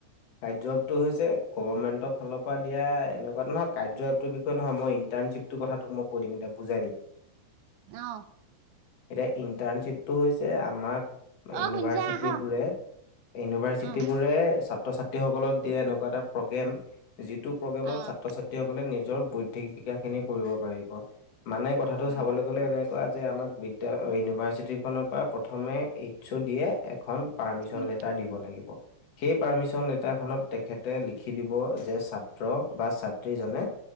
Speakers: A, on the left; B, on the right.
A: কাৰ্যটো হৈছে গভমেণ্টৰ ফালৰ পৰা দিয়া এনেকুৱ নহয় কাৰ্যটোৰ বিষয়ে নহয়ইটাৰ্শ্বিপটোৰ ক মই কৈ দিম এ বুজাই দিম।
B: আহ।
A: এতিয়া ইন্টাৰ্ণশ্বিপটো হৈছে আমাক
B: অ
A: ইউনিভাৰ্চিটিবোৰে
B: শুনিছা আহ
A: ইউনিভাৰ্চিটিবোৰে
B: আহ
A: ছ ছাত্ৰ ছাত্ৰীসকলক দিয়া এনেকুৱা এটা প্ৰগ্ৰেম যিটো প্ৰগ্ৰেমত
B: আহ
A: ছাত্ৰ ছাত্ৰীসকলে নিজৰ বৌদ্ধিক বিকাশ খিনি কৰিব। পাৰিব মানে কথাটো
B: উম
A: চাবলৈ গ'লে এনেকুৱা যে আমাক এ ইউনিভাৰ্ছিটিৰ ফালৰ পৰা প্ৰথমে এইটছ' দিয়ে এখন পাৰ্মিচন
B: উম
A: লেটাৰ দিব লাগিব। সেই পাৰ্মিচন লেটাৰ খনত তেখেতে লিখি দিব যে, ছাত্ৰ বা ছাত্ৰী জনে